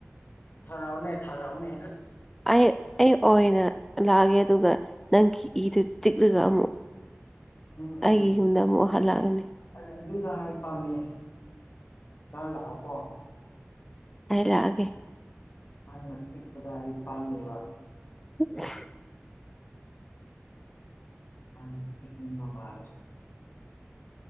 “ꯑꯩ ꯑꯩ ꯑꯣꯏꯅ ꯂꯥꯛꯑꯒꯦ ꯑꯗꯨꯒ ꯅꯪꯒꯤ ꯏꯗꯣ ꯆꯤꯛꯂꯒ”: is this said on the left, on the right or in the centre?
Centre